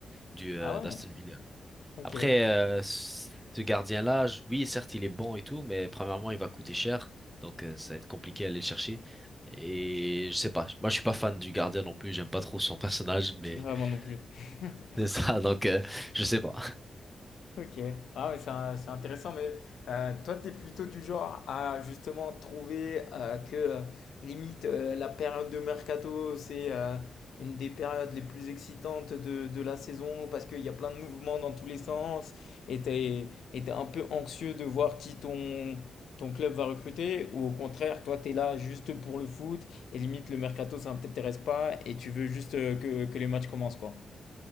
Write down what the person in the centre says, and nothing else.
du euh,
d'Aston Villa.
Après,
euh, ce gardien-là, je- oui, certes, il est bon et tout, mais premièrement, il va coûter cher, donc euh, ça va être compliqué à aller le chercher. Et je sais pas. Moi, je suis pas fan du gardien non plus. J'aime pas trop son personnage, mais
<laughs> c'est ça. Donc, euh, je sais pas.